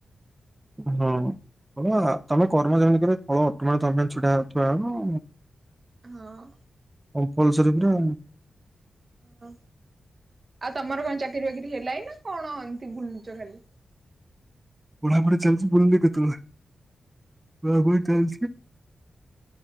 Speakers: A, on the right; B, on the right.
A: ହଁ। ହଁ ତମେ କର୍ମ ଯେମିତିରେ ଫଳ ଅଟୋମେଟିକ ତମେ ଛିଡା ହେଇ ଥୁଆ ହେବ।
B: ହଁ।
A: କମ୍ପଲସରି ପୁରା।
B: ହ ଆଉ ତମର କଣ ଚାକିରି ବାକିରି ହେଲା ଇ ନା କଣ ଏମିତି ବୁଲୁଛ ଖାଲି।
A: ପଢାପଢି ଚାଲିଛି। ବୁଲିଲି କେତେବେଳେ ପଢାପଢି ଚାଲିଛି।